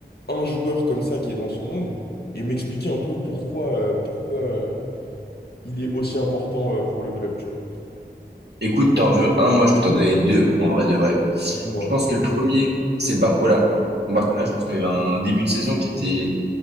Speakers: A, on the left (about 65°); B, on the right (about 70°).
A: un joueur comme ça qui est dans son ombre et m'expliquer un peu pourquoi, euh, pourquoi euh, il est aussi important euh, pour le club, tu vois?
B: Écoute, t'en veux un, moi je peux t'en donner deux en vrai de vrai.
A: Dis-moi.
B: Je pense que le premier, c'est Barcola. Barcola,
A: Ok.
B: je pense qu'il a eu un début de saison qui était